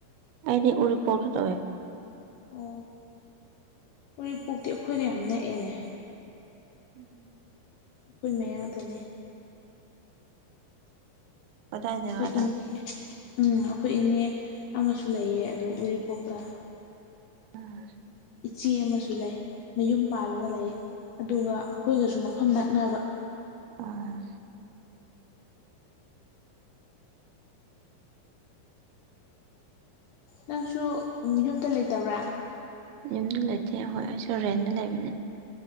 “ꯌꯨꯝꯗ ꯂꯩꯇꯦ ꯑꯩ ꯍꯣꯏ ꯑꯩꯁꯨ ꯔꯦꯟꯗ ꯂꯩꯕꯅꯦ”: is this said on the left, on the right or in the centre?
Right